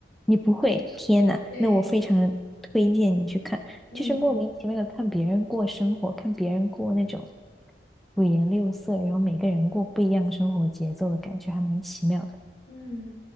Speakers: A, in the centre; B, on the left.
A: 你不会？天呐，
B: 对，
A: 那我非常推荐你去看，
B: 嗯
A: 就是莫名其妙的看别人过生活，看别人过那种五颜六色，然后每个人过不一样生活节奏的感觉，还蛮奇妙的。
B: 嗯，